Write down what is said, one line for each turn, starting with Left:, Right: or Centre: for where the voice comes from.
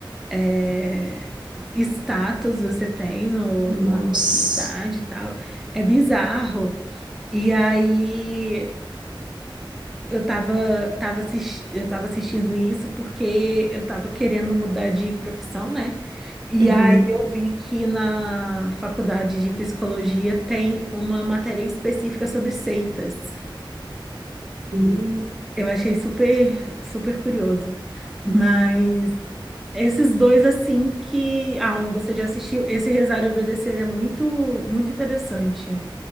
Centre: é, status você tem no,
Right: nossa.
Centre: na comunidade e tal. É bizarro. E aí eu tava, tava assis- eu tava assistindo isso porque eu tava querendo mudar de profissão, né? E
Right: Uhum.
Centre: aí eu vi que na faculdade de psicologia tem uma matéria específica sobre seitas.
Right: Hum.
Centre: Eu achei super, super curioso. Mas esses dois, assim, que... Ah, um você já assistiu. Esse Rezar e Obedecer é muito, muito interessante.